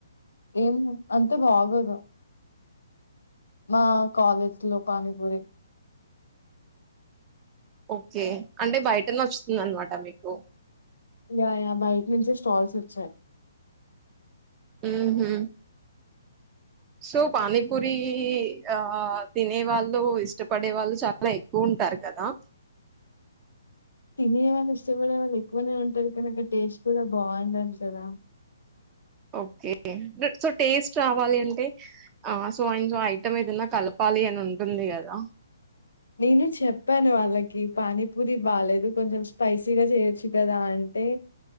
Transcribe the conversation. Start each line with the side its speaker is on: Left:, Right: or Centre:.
Left: ఏం అంత బాగోదు మా కాలేజ్ లో పానీపూరి
Right: ఓకే అంటే బయటనే నచ్చుతుంది అనమాట మీకు
Left: యా యా బయట నుంచి స్టాల్స్ వచ్చాయి
Right: ఉహు సో పానీపూరి ఆ తినే వాళ్ళు ఇష్టపడే వాళ్ళు చాలా ఎక్కువ ఉంటారు కదా
Left: తినే వాళ్ళు ఇష్టపడే వాళ్ళు ఎక్కువనే ఉంటారు కాని టేస్ట్ కూడా బాగుండాలి కదా
Right: ఓకే సో టేస్ట్ రావాలి అంటే ఆ సో అండ్ సో ఆయన ఐటం ఏదన్నా కలపాలి అని ఉంటుంది కదా
Left: నేను చెప్పాను వాళ్ళకి పానీపూరి బాలేదు కొంచెం స్పైసీగా చేయొచ్చు కదా అంటే